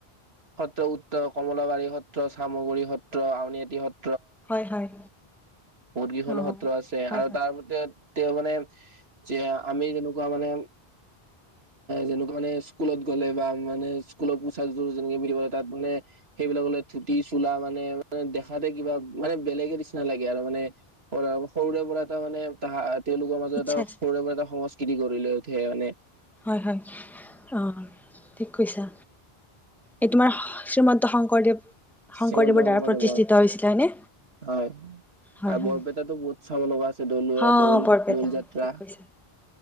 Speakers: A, on the right (about 80°); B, in the centre.
A: সত্ৰ উত্তৰ কমলাবাৰী সত্ৰ, চামগুৰি সত্ৰ, আউনীআটী সত্ৰ।
B: হয় হয়।
A: বহুত কেইখনো
B: অ'।
A: সত্ৰ আছে,
B: হয়
A: আৰু
B: হয়
A: তাৰ গোটে তেওঁ মানে যে, আমি যেনেকুৱা মানে যেনেকুৱা মানে স্কুলত গ'লে বা মানে স্কুলত পোচাকযোৰ যেনেকে পিন্ধিব লাগে। তাত মানে সেইবিলাকলে ধূতি-চোলা মানে দেখাতে কিবা মানে বেলেগে নিচিনা লাগে। আৰু মানে সৰুৰে পৰা এটা মানে তাত তেওঁলোকৰ মাজত
B: ইচ্ছা
A: এটা
B: আছে
A: সৰুৰে পৰা সংস্কৃ তি গঢ়ি লৈ উঠে মানে।
B: হয় হয়। অ' ঠিক কৈছা! এই তোমাৰ, শ্ৰীমন্ত শংকৰদেৱ শংকৰদেৱৰ
A: শ্ৰীমন্ত
B: দ্বাৰা
A: শংকৰদেৱৰ,
B: প্ৰতিষ্ঠিত হৈছিলে হয়নে?
A: হয়।
B: হয়
A: আৰু
B: হয়
A: বৰপেটাতো বহুত চাব লগা আছে দলোৱা
B: অ'
A: দৌল,
B: বৰপেটা
A: দৌলযাত্ৰা
B: ঠিক কৈছা